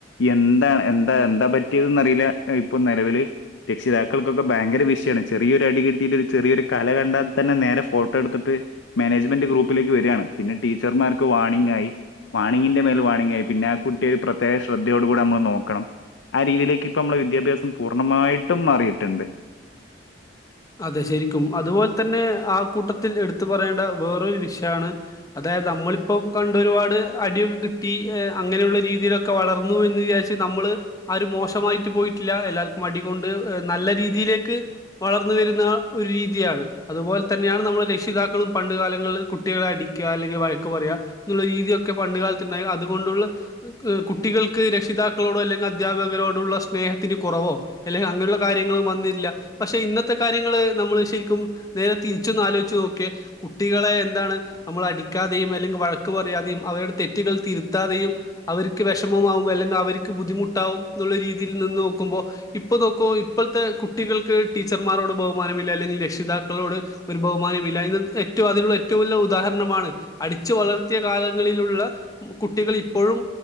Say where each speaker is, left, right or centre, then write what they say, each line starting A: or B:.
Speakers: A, on the left; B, on the left.
A: എന്താ എന്താ എന്താ പറ്റിയത് എന്നറിയില്ല ഇപ്പൊ നിലവില് രക്ഷിതാക്കൾക്കൊക്കെ ഭയങ്കര വിഷയമാണ് ചെറിയൊരു അട കിട്ടിയിട്ട ഒരു ചെറിയൊരു കര കണ്ടാ- തന്നെ നേരെ ഫോട്ടോ എടുത്തിട്ട് മാനേജ്മെന്റ് ഗ്രൂപ്പിലേക്ക് വരികാണ് പിന്നെ ടീച്ചർമാർ വാണിംങ്ങ് ആയി വാണിങ്ങിന്റെ മേൽ വാർണിംങ്ങ് ആയി പിന്നെ ആ കുട്ടിയ ഒരു പ്രത്യേക ശ്രദ്ധയോട് കൂടി നമ്മള് നോക്കണം ആ രീതിയിലേക്ക് ഇപ്പ നമ്മുടെ വിദ്യാഭ്യാസം പൂർണ്ണമായിട്ടും മാറിയിട്ടുണ്ട്
B: അതെ ശരിക്കും അതുപോലെ തന്നെ ആ കൂട്ടത്തിൽ എടുത്തു പറയേണ്ട വേറൊരു വിഷയമാണ് അതായത് നമ്മളിപ്പോം കണ്ടു ഒരുപാട് അടിയൊക്കെ കിട്ടി അങ്ങനെയുള്ള രീതിയിലൊക്കെ വളർന്നു എന്ന് വിചാരിച്ച് നമ്മള് ആരും മോശമായിട്ട് പോയിട്ടില്ല എല്ലാവർക്കും അടികൊണ്ട് നല്ല രീതിയിലേക്ക് വളർ- വരുന്ന ഒരു രീതിയാണ് അതുപോലെ തന്നെയാണ് നമ്മൾ രക്ഷിതാക്കളും പണ്ട് കാലങ്ങളിൽ കുട്ടികളെ അടിക്കുക അല്ലെങ്കിൽ വഴക്ക് പറയുക എന്നുള്ള രീതിയൊക്കെ പണ്ട് കാലത്ത് ഉണ്ടായി അതുകൊണ്ടുള്ള കുട്ടികൾക്ക് രക്ഷിതാക്കളോടോ അല്ലെങ്കിൽ അധ്യാപകരോടുള്ള സ്നേഹത്തിന് കുറവോ അല്ലെങ്കിൽ അങ്ങനെയുള്ള കാര്യങ്ങളും വന്നിട്ടില്ല പക്ഷെ ഇന്നത്തെ- കാര്യങ്ങൾ നമ്മൾ ശരിക്കും നേരെ തിരിച്ചൊന്ന് ആലോചിച്ച് നോക്കിയെ കുട്ടികളെ എന്താണ് നമ്മൾ അടിക്കാതെയും അല്ലെങ്കിൽ വഴക്ക് പറയാതെയും അവരുടെ തെറ്റുകൾ തിരുത്താതെയും അവർക്ക് വിഷമമാവും അല്ലെങ്കിൽ അവർക്ക് ബുദ്ധിമുട്ടാവും എന്നുള്ള രീതിയിൽ നിന്ന് നോക്കുമ്പോൾ ഇപ്പോൾ നോക്കും ഇപ്പോഴത്തെ കുട്ടികൾക്ക് ടീച്ചർ- ന്മാരോട് ബഹുമാനമില്ല അല്ലെങ്കിൽ രക്ഷിതാക്കളോട് ഒരു ബഹുമാനമില്ല ഇ ഏറ്റവും അതിനുള്ള ഏറ്റവും വലിയ ഉദാഹരണമാണ് അടിച്ചു വളർത്തിയ കാലങ്ങളിലുള്ള കുട്ടികൾ ഇപ്പോഴും